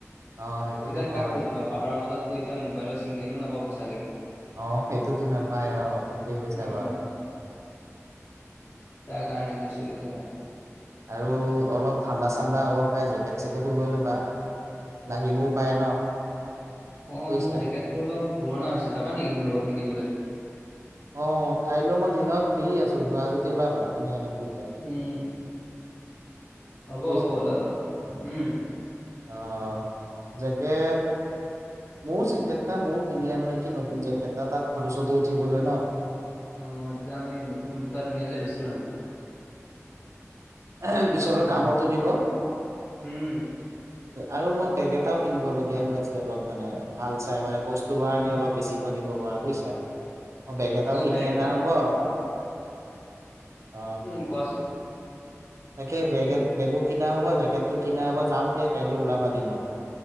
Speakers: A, on the right; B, on the left.
A: অ সেইটোতো
B: তেতিয়া
A: হয়
B: কাক খুজিবা পাহাৰৰ মাজত ত এতিয়া মোবাইলৰ চিগনেলো নাপাব চাগে?
A: আহ সেইটোতো নাপায় আহ ঠিকেই কৈছা
B: উম,
A: বাৰতে।
B: তাৰ কাৰণে কৈছোঁ এইটো কথা।
A: আৰু অলপ ঠাণ্ডা -চাণ্ডা হ'ব পাৰে জেকেট চেকটো লৈ ল'বা, লাগিবও
B: উম,
A: পাই ন?
B: অ
A: বুজিছা
B: মোৰ জেকেটটো অলপ পুৰণা হৈছে যাবা নেকি মোৰ লগত কিনিবলৈ?
A: অ কাইলৈ মই দিনত ফ্ৰী আছো যোৱা যদি ওলাবা কিনি আনিম। দুইটাই
B: উম হ'ব
A: বুজিছা
B: হ'ব ওলাবা উম।
A: অ জেকেট মইয়ো জেকেট এটা মইয়ো কিনি আনো নেকি নতুন জেকেট এটা তাত ফটো এটো উঠিবলে ন?
B: অ তেতিয়া আমি নতুন দুটা কিনি আনিলে বেছি ভাল।
A: এহেম পিছলৈ
B: অ',
A: কামতো দিব।
B: উম।
A: আৰু মই বেগ এটাও কিনিব লগীয়া হৈ আছে অলপ মানে ভাল চাই মানে বস্তু বাহানি অলপ বেছিকৈ ধৰিব পৰা বুজিছা, মই বেগ এটাও
B: অ',
A: কিনি অনা
B: এটা
A: হ'ব
B: ময়ো পা
A: অ
B: উম কোৱাচোন?
A: তাকে বেগে-বেগো কিনা হ'ব, জেকেটটো কিনা হ'ব। যাম দিয়া কাইলে ওলাবা দিনত।